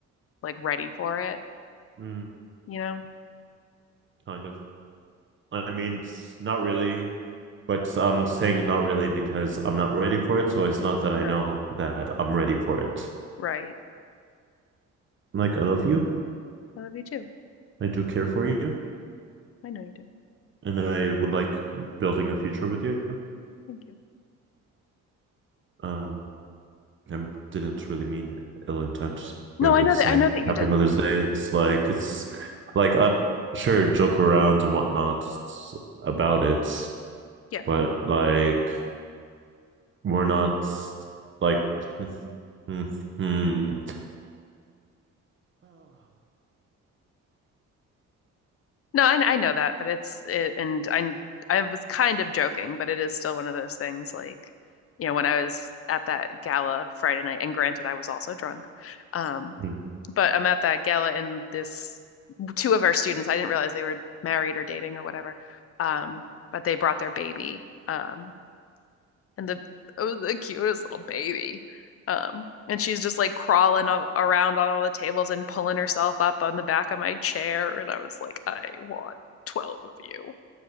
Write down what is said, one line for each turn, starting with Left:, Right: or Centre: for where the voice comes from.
Left: like ready for it,
Right: mm,
Left: you know?
Right: kind of. I mean, it's not really. But I'm saying not really because I'm not ready for it. So it's not that I
Left: Right.
Right: know that I'm ready for it.
Left: Right.
Right: Like, I love you.
Left: I love you too.
Right: I do care for you.
Left: I know you do.
Right: And I would like building a future with you.
Left: Thank you.
Right: Um, I didn't really mean ill intent
Left: No,
Right: with
Left: I know
Right: saying
Left: that I know that you
Right: Happy
Left: didn't.
Right: Mother's Day. It's like, it's like, uh, sure, joke around and whatnot about it.
Left: Yeah.
Right: But like, we're not like, <laughs> hmm.
Left: No, I I know that, but it's it, and I I was kind of joking, but it is still one of those things like, you know, when I was at that gala Friday night, and granted I was also drunk. Um,
Right: <sighs>
Left: but I'm at that gala and this two of our students, I didn't realize they were married or dating or whatever. Um, but they brought their baby. Um, and the it was the cutest little baby. Um, and she's just like crawling a- around on all the tables and pulling herself up on the back of my chair, and I was like, I want 12 of you.